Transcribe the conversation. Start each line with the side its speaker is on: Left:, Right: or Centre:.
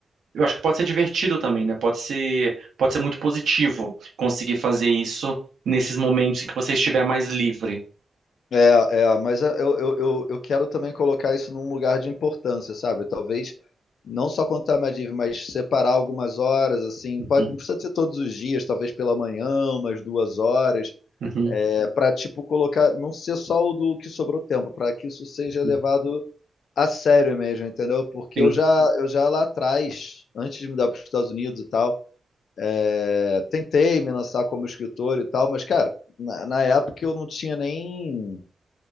Right: Eu acho que pode ser divertido também, né? Pode ser, pode ser muito positivo conseguir fazer isso nesses momentos em que você estiver mais livre.
Left: É, é, mas eu, eu, eu, eu quero também colocar isso num lugar de importância, sabe? Talvez não só contar a Madiv, mas separar algumas horas, assim,
Right: Uhum,
Left: pode, não precisa ser todos os dias, talvez pela manhã, umas duas horas,
Right: uhum,
Left: é, para tipo colocar, não ser só o do que sobrou tempo, para que isso seja
Right: uhum,
Left: levado a sério mesmo, entendeu? Porque
Right: sim.
Left: eu já, eu já lá atrás, antes de me dar para os Estados Unidos e tal, é, tentei me lançar como escritor e tal, mas cara, na, na época eu não tinha nem